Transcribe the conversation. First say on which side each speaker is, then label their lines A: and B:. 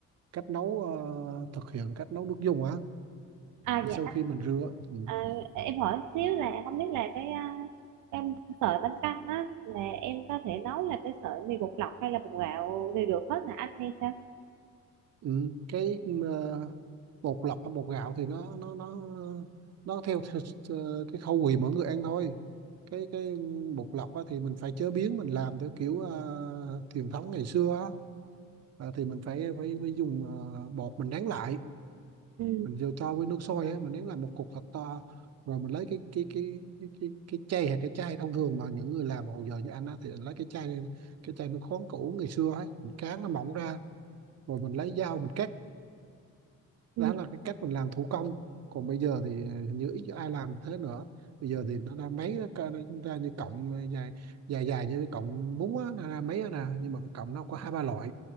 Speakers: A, on the right; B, on the right.
A: cách nấu ờ, thực hiện cách nấu nước dùng á
B: à
A: thì
B: dạ
A: sau khi mình rửa ừ,
B: à, em hỏi xíu là không biết là cái ờ, em sợi bánh canh á là em có thể nấu là cái sợi mì bột lọc hay là bột gạo đều được hết hả anh hay sao
A: ừ, cái ờ, bột lọc hay bột gạo thì nó nó nó nó theo, theo, cái khẩu vị mỗi người ăn thôi cái cái bột lọc á, thì mình phải chế biến mình làm theo kiểu ờ, truyền thống ngày xưa á. Ờ, thì mình phải phải, phải dùng ờ, bột mình nén lại
B: ừ
A: mình vô cho với nước sôi á mình nén làm một cục thật to rồi mình lấy cái cái cái cái cái, cái chai hay cái chai thông thường mà những người làm hồi giờ như anh á thì lấy cái chai này, cái chai nước khoáng cũ ngày xưa ấy mình cán nó mỏng ra rồi mình lấy dao mình cắt
B: ừ
A: đó là cái cách mình làm thủ công còn bây giờ thì hình như ít ai làm thế nữa bây giờ thì nó ra máy nó ca- nó ra như cọng dài dài dài như cái cọng bún á nó ra máy á nè nhưng mà cái cọng nó có hai ba loại